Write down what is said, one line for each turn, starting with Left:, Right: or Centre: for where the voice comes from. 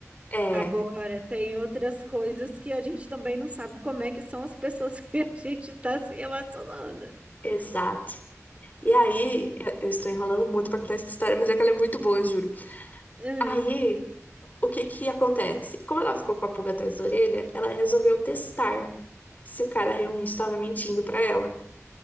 Left: É,
Right: Agora, tem outras coisas que a gente também não sabe como é que são as pessoas <laughs> que a gente tá se relacionando.
Left: exato. E aí, eu eu estou enrolando muito pra contar essa história, mas é que ela é muito boa, juro.
Right: Hum,
Left: Aí, o que que acontece? Como ela ficou com a pulga atrás da orelha, ela resolveu testar se o cara realmente estava mentindo pra ela